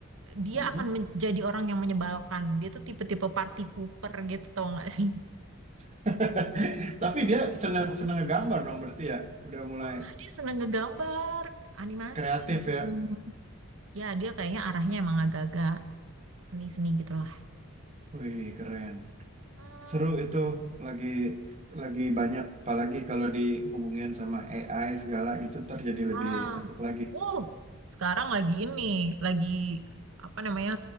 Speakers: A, on the right; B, on the right.
A: dia
B: Mm-mm.
A: akan menjadi orang yang menyebalkan. Dia tuh tipe-tipe party pooper gitu tau gak sih?
B: <laughs> tapi dia senang senang gambar dong berarti ya udah mulai
A: Wah, dia seneng ngegambar, animasi
B: kreatif
A: gitu
B: ya
A: seneng. Ya, dia kayaknya arahnya emang agak-agak seni-seni gitu lah.
B: wih keren
A: Hmm,
B: Seru itu lagi lagi banyak apalagi kalau dihubungin sama AI segala gitu ntar jadi lebih
A: ah,
B: asik lagi.
A: wow, sekarang lagi ini, lagi apa namanya,